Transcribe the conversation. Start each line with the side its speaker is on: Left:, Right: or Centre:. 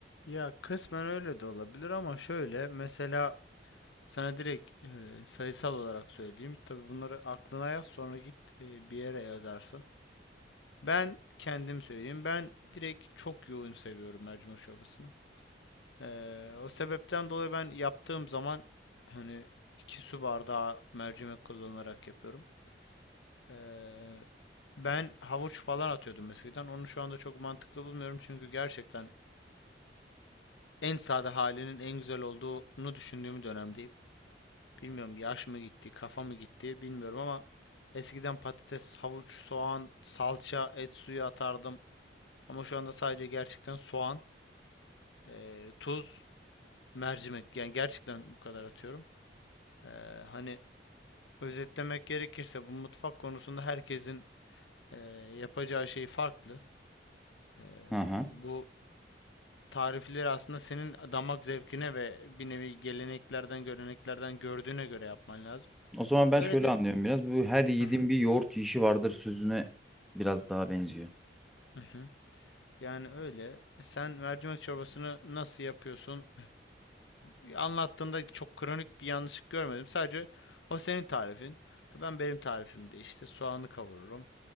Left: Ya kısmen öyle de olabilir ama şöyle mesela sana direkt e, sayısal olarak söyleyeyim. Tabii bunları aklına yaz sonra git e, bir yere yazarsın. Ben kendim söyleyeyim. Ben direkt çok yoğun seviyorum mercimek çorbasını. Ee, o sebepten dolayı ben yaptığım zaman hani iki su bardağı mercimek kullanarak yapıyorum. Ee, ben havuç falan atıyordum eskiden. Onu şu anda çok mantıklı bulmuyorum çünkü gerçekten en sade halinin en güzel olduğunu düşündüğüm dönemdeyim. Bilmiyorum yaş mı gitti, kafa mı gitti bilmiyorum ama eskiden patates, havuç, soğan, salça, et suyu atardım. Ama şu anda sadece gerçekten soğan, e, tuz, mercimek yani gerçekten bu kadar atıyorum. Ee, hani Özetlemek gerekirse bu mutfak konusunda herkesin eee, yapacağı şey farklı. Eee,
Centre: Hı hı.
Left: bu tarifleri aslında senin damak zevkine ve bir nevi geleneklerden, göreneklerden gördüğüne göre yapman lazım.
Centre: O zaman ben
Left: Öyle
Centre: şöyle
Left: de...
Centre: anlıyorum biraz. Bu her yiğidin
Left: Hı hı,
Centre: bir yoğurt yiyişi vardır sözüne biraz daha benziyor.
Left: hı hı. Yani öyle. Sen mercimek çorbasını nasıl yapıyorsun? Eee, anlattığında çok kronik bir yanlışlık görmedim. Sadece o senin tarifin. Ben benim tarifimde işte soğanı kavururum.